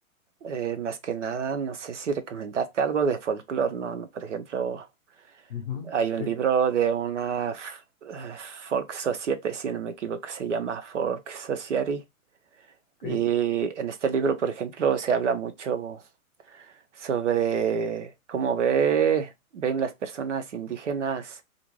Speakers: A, on the right; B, on the left.
A: eh, más que nada, no sé si recomendarte algo de folclore, ¿no? No, Por ejemplo,
B: Ujú,
A: hay un
B: Sí,
A: libro de una f- eh, Folk Society, si no me equivoco, se llama Folk Society.
B: ok.
A: Y en este libro, por ejemplo, se habla mucho sobre cómo ve, ven las personas indígenas